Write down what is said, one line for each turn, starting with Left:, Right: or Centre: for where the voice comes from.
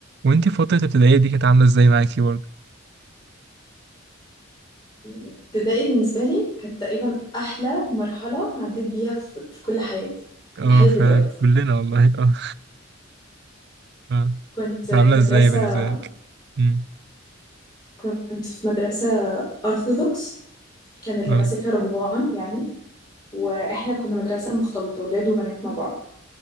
Right: وانتي فترة الابتدائية دي كانت عاملة ازاي معاكي برضه؟
Left: ابتدائي بالنسبة لي كانت تقريبا أحلى مرحلة عديت بيها في, في كل حياتي
Right: اه
Left: لحد دلوقتي
Right: فعلا كلنا والله اه اه
Left: كنت
Right: كانت
Left: في
Right: عاملة
Left: مدرسة
Right: ازاي بالنسبة لك؟ امم
Left: كنت في مدرسة أرثوذكس كان اللي
Right: اه
Left: ماسكها رهبان يعني وإحنا كنا مدرسة مختلطة ولاد وبنات مع بعض